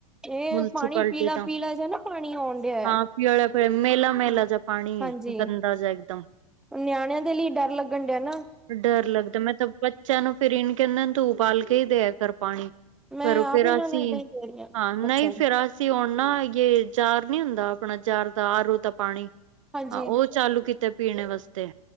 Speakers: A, in the centre; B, on the right (about 60°).
A: ਇਹ
B: ਮੁਨਸਪਾਲਟੀ
A: ਪਾਣੀ ਪੀਲਾ
B: ਤਾਂ
A: ਪੀਲਾ ਜਿਹਾ ਨਾ ਪਾਣੀ ਆਉਣ ਡਿਆ
B: ਹਾਂ ਪਿਲਿਆ ਪਿਆ ਮੇਲਾ
A: ਆ।
B: ਮੇਲਾ ਜ ਪਾਣੀ
A: ਹਾਂਜੀ
B: ਹੈ ਗੰਦਾ ਜੇ ਇੱਕਦਮ
A: ਨਿਆਣਿਆਂ ਦੇ ਲਈ ਡਰ ਲੱਗਣ ਡਿਆ ਨਾ।
B: ਡਰ ਲੱਗਦਾ ਮੈਂ ਤਾਂ ਬੱਚਿਆਂ ਨੂੰ ਫਿਰ ਇੰਨ ਕੇਂਏ ਤੂੰ ਉਬਾਲ ਕੇ ਹੀ ਦਿਆ ਕਰ ਪਾਣੀ
A: ਮੈਂ
B: ਫ
A: ਆਪ
B: ਫਿਰ
A: ਇਹਨਾਂ
B: ਅਸੀ
A: ਨੂੰ ਏਦਾਂ ਹੀ ਦੇ ਰਹੀ
B: ਹਾਂ ਨਹੀਂ
A: ਬੱਚਿਆਂ ਨੂੰ
B: ਫਿਰ ਅ ਅਸੀ ਆਉਣ ਨਾ ਜੇ ਜਾਰ ਨੀ ਹੁੰਦਾ ਆਪਣਾ ਜਾਰ ਦਾ ਆਰੂ ਤਾਂ ਪਾਣੀ
A: ਹਾਂਜੀ
B: ਉਹ ਚਾਲੂ ਕੀਤਾ ਪੀਣੇ ਵਾਸਤੇ